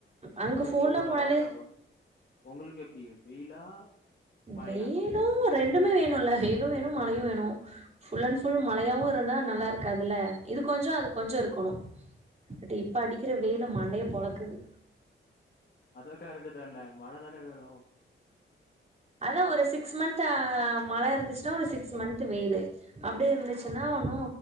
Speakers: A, on the left (about 50°); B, on the right (about 30°).
A: து
B: அங்க
A: உங்கள
B: ஃபோன்ல
A: வா
B: போனாலே
A: வாட் அபௌட் உங்களுக் எப்டி வெயிலா மழையா
B: வெயிலும் ரெண்டுமே வே க்கனுல இல்ல வெயிலும் வேணும் மழையும் வேணும் ஃபுல் அண்ட் ஃபுல் மழையாவும் இருந்தா நல்லா இருக்கு அதுல இது கொஞ்சோம் அது கொஞ்சோம் இருக்கணும் பட் இப்ப அடிக்கிற வெயில மண்டைய பொழக்குது
A: அது கரக்ட்டு தானே மழ அதான வேணும்
B: அதான் ஒரு சிக்ஸ் மந்த்த் மழை இருந்துச்சுன்னா ஒரு சிக்ஸ் மந்த்த் வெய்லு அப்டி இருந்துச்சுன்னா ஒன்னு